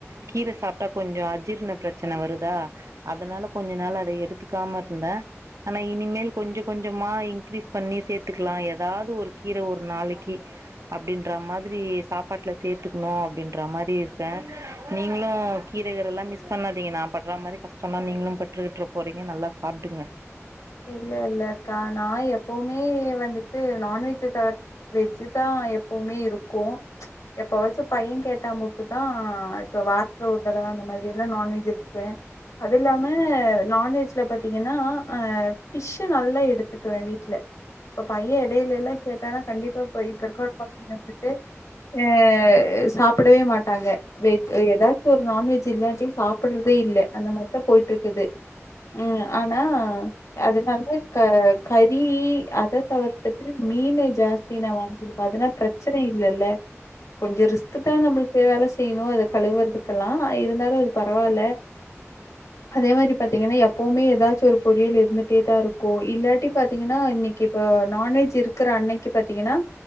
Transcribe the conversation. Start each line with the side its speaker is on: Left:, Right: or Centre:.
Right: கீர சாப்ட்டா கொஞ்சோ அஜீர்ண பிரச்சன்ன வருதா அதனால கொஞ்சோ நாள அத எடுத்துக்காம இந்த ஆனா இனிமேல் கொஞ்சோ கொஞ்சமா இன்க்ரீஸ் பண்ணி சேத்துக்கலா ஏதாவது ஒரு கீர ஒரு நாளைக்கி அப்பிடின்ற மாதிரி சாப்பாட்டுல சேத்துக்கணு அப்பிடின்ற மாரி இருக்கே நீங்களு அ கீரைகலெல்லா மிஸ் பண்ணாதீங்க நா பட்றா மாரி கஷ் டமா நீங்களு பெற்றுக்கிற்ற போறீங்க நல்லா சாப்ட்டுங்க
Left: இல்ல இல்ல அக்கா நா எப்போமே வந்துட்டு நான்வெஜ தவர் வெஜ்ஜி தா எப்வுமே இருக்கு எப்ப வச்சு பைய கேட்டா மட்டு தா இப்ப வார்த் து ஒருதர அந்த மாதிரியெல்லா நான்வெஜ் இருக்குவே அது இல்லாம நான்வெஜ்ல பாத்தீங்கன்னா அ ஃபிஷ்ஷு நல்லா எடுத்துக்குவே வீட்ல இப்ப பையே எடையிலேல்லா கேட்டானா கண்டிப்பா இப்ப இப்பருக்கற ப <inaudible> வந்துட்டு எ சாப்பிடவே மாட்டாங்க வெஜ் ஏதாச்சு ஒரு நான்வெஜ் இல்லாட்டி சாப்புடுறதே இல்ல அந்த மாரிதா போய்ட்டு இருக்குது ம் ஆனா அதனால க வ் கறி அத தவுர்த்துட்டு மீனு ஜாஸ்தி நா வாங்க்குடுப்பா அதனா பிரச்சு சுனை இல்லல்ல கொஞ்சோ ரிஸ்க்கு தா நமபுளுக்கு வேல செய்யணு அத கழுவுறதுக்கெல்லா இருந்தாலு அது பரவால்ல அதே மாரி பாத்தீங்கன்னா எப்பவுமே ஏதாச்சு ஒரு பொறியல் இருந்து க்கிட்டேதா இருக்கு இல்லாட்டி பாத்தீங்கன்னா இன்னைக்கி இப்போ நான்வெஜ் இருக்குற அன்னைக்கி பாத்தீங்கன்னா